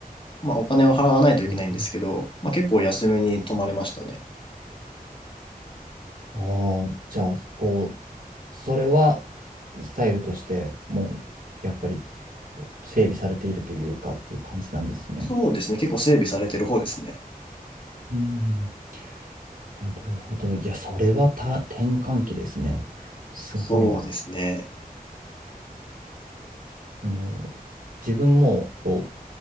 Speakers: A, on the left; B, on the right.
A: まあお金を払わないといけないんですけど、
B: は。
A: まあ結構安めに泊まれましたね。
B: おああー、じゃあ、こう、それはスタイルとしてもう、やっぱりこう整備されているというかっていう感じなんですね。
A: そうですね。結構整備されてる方ですね。
B: うんうんなるほど。いや、それはた転換期ですね。すごいな。
A: そうですね。
B: あの、自分も、こ